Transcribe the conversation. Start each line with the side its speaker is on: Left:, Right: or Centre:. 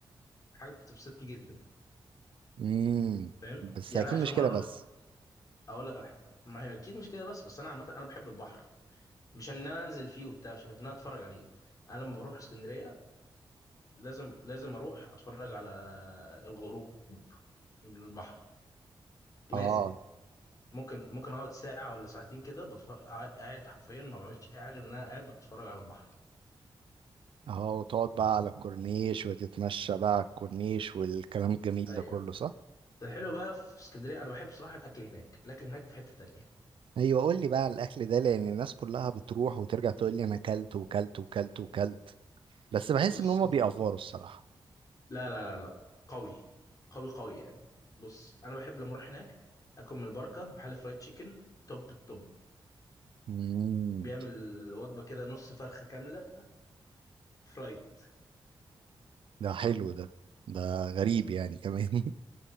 Left: حاجه بتبسطني جدا
Right: امم
Left: فاهم
Right: بس
Left: يعني
Right: اكيد
Left: انا اخر
Right: مش
Left: مره
Right: كده بس
Left: رحت اقول لك على حاجه ما هي اكيد مش كده بس بس انا عامه انا بحب البحر مش ان انا انزل فيه وبتاع مش عارف ان انا اتفرج عليه انا لما بروح اسكندريه لازم لازم اروح اتفرج على الغروب من البحر لازم
Right: اه
Left: ممكن ممكن اقعد ساعه ولا ساعتين كده بتفرج قاعد حرفيا ما بعملش اي حاجه غير ان انا قاعد بتفرج على البحر
Right: اه وتقعد بقى على الكورنيش وتتمشى بقى على الكورنيش والكلام الجميل
Left: ايوه
Right: ده كله صح
Left: الحلو بقى في اسكندريه انا بحب صراحه الاكل هناك الاكل هناك في حته تانية
Right: ايوه قول لي بقى على الاكل ده لان الناس كلها بتروح وترجع تقول لي انا اكلت وكلت وكلت وكلت بس بحس
Left: بص
Right: ان هما
Left: انت
Right: بيأفوروا الصراحة
Left: لا لا لا لا قوي قوي قوي يعني بص انا بحب لما اروح هناك اكل من البركه محل فرايد تشيكن توب التوب
Right: امم
Left: بيعمل وجبه كده نص فرخه كامله فرايد
Right: ده حلو ده ده غريب يعني كمان